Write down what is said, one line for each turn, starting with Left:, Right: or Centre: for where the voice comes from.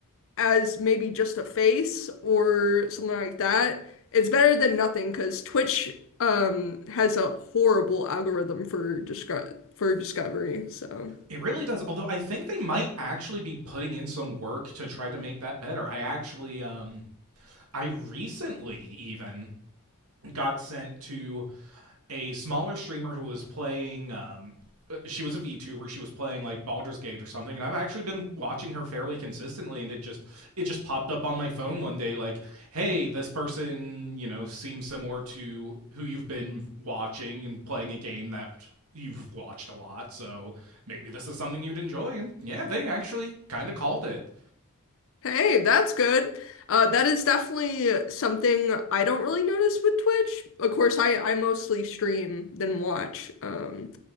Left: as maybe just a face or something like that. It's better than nothing because Twitch um has a horrible algorithm for disco for discovery. So
Right: it really does. Although I think they might actually be putting in some work to try to make that better. I actually, um, I recently even got sent to a smaller streamer who was playing um uh, she was a VTuber, she was playing like Baldur's Gate or something, and I've actually been watching her fairly consistently and it just it just popped up on my phone one day like, "Hey, this person, you know, seems similar to who you've been watching and playing a game that you've watched a lot, so maybe this is something you'd enjoy." And yeah, they actually kind of called it.
Left: hey, that's good. Uh, that is definitely something I don't really notice with Twitch. Of course, I I mostly stream than watch. Um,